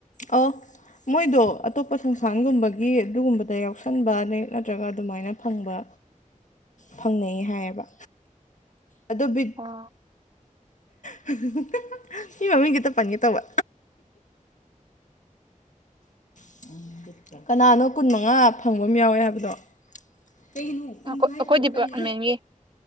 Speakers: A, on the left; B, on the right.
A: ꯑꯣ ꯃꯣꯏꯗꯣ ꯑꯇꯣꯞꯄ ꯁꯪꯁꯊꯥꯟꯒꯨꯝꯕꯒꯤ ꯑꯗꯨꯒꯨꯝꯕꯗ ꯌꯥꯎꯁꯟꯕ ꯅ ꯅꯠꯇ꯭ꯔꯒ ꯑꯗꯨꯃꯥꯏꯅ ꯐꯪꯕ ꯐꯪꯅꯩ ꯍꯥꯏꯌꯦꯕ ꯑꯗꯨ ꯕꯤꯠ
B: ꯑꯣ
A: <unintelligible> ꯃꯤ ꯃꯃꯤꯡꯁꯦ ꯍꯦꯇ ꯄꯟꯒꯦ ꯇꯧꯕ <unintelligible> ꯀꯅꯥꯅꯣ ꯀꯨꯟꯃꯉꯥ ꯐꯪꯕ ꯑꯃ ꯌꯥꯎꯋꯦ ꯍꯥꯏꯕꯗꯣ ꯀꯩꯅꯣ ꯀꯨꯟ
B: ꯑꯩꯈꯣꯏ
A: ꯃꯉꯥꯏꯁꯤꯣ
B: ꯑꯩꯈꯣꯏ ꯗꯤꯄꯥꯔꯠꯃꯦꯟꯒꯤ
A: ꯀꯩꯅ